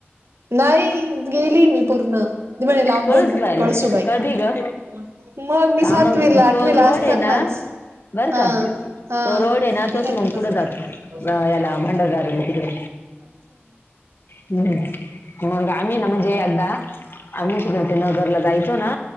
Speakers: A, on the right; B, on the left.
A: नाही. गेली <unintelligible> पूर्ण. म म्हणे लांबून
B: कळसूबाईला
A: कळसूबाई.
B: कधी ग
A: <unintelligible> मग मी
B: हा
A: सातवीला
B: मग
A: -
B: तो
A: आठविला
B: रोड
A: असतानाच-
B: आहे ना बर
A: हं.
B: का
A: हं.
B: तो रोड आहे ना
A: <unintelligible>
B: तोच मग पुढे जातो अं, <unintelligible> तिकडे. हम्. मग आम्ही ना म्हणजे एकदा- आम्ही तिकडे ते नगरला जायचो ना?